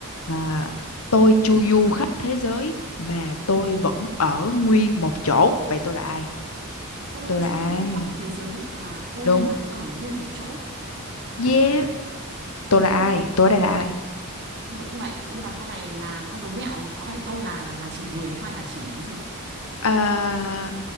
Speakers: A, on the left; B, on the right.
A: À, tôi chu du khắp thế giới mà tôi vẫn ở nguyên một chỗ. Vậy tôi là ai?
B: tôi
A: Tôi
B: chu
A: là ai?
B: du khắp thế giới mà tôi
A: Đúng.
B: vẫn ở nguyên một chỗ
A: Yeah. Tôi là
B: câu
A: ai? Tôi ở đây là ai?
B: như vậy như vậy nhưng mà câu này là câu đố mẹo có phải tôi là là chỉ người hay là chỉ cái gì
A: À,